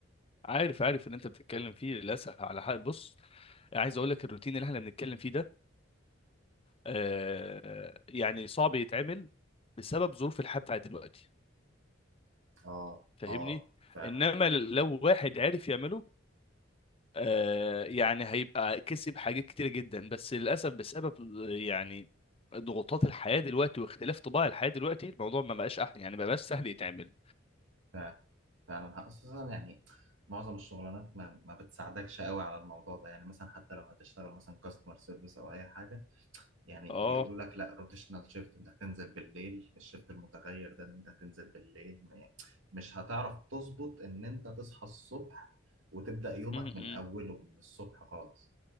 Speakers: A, on the left; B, on the right.
A: عارف عارف ان انت بتتكلم فيه للاسف على حق بص عايز اقول لك الروتين اللي احنا بنتكلم فيه ده آه، يعني صعب يتعمل بسبب ظروف الحياة بتاعت دلوقتي
B: اه
A: فاهمني
B: اه فعلا
A: انما لو واحد عرف يعمله آه، يعني هيبقى كسب حاجات كتيرة جدا بس للأسف بسبب يعني ضغوطات الحياة دلوقتي واختلاف طباع الحياة دلوقتي الموضوع ما بقاش أح يعني ما بقاش سهل يتعمل
B: فعلا فعلا خصوصا يعني معظم الشغلانات ما, ما بتساعدكش قوي على الموضوع ده يعني مثلا حتى لو هتشتغل مثلا كاستمر سيرفيس او اي حاجه يعني
A: اه
B: بيقولوا لك لا روتيشنال شيفت انت هتنزل بالليل الشيفت المتغير ده ان انت هتنزل بالليل م- مش هتعرف تظبط ان انت تصحى الصبح وتبدأ يومك
A: م-
B: من
A: م.
B: اوله من الصبح خالص